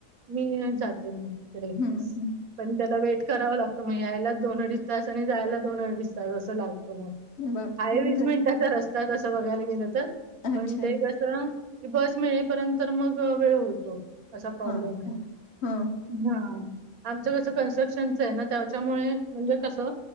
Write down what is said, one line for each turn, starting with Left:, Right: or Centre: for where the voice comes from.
Right: मिळून जाते मग तिकडेच.
Left: हम्म हम्म
Right: पण त्याला वेट करावा लागतो. मग यायलाच दोन अडीच तास आणि जायला दोन अडीच तास असं लागतो मग.
Left: बापरे
Right: आहे वीस
Left: घर
Right: मिनिटाचा रस्ता तसं बघायला गेलं तर
Left: अच्छा
Right: पण, ते क- कस की बस मिळेपर्यंत तर मग वेळ होतो. असा प्रॉब्लेम
Left: हा
Right: आहे.
Left: हा. हा
Right: हा. आमचं कसं कन्स्ट्रक्शनच आहे ना? त्याच्यामुळे म्हणजे कसं?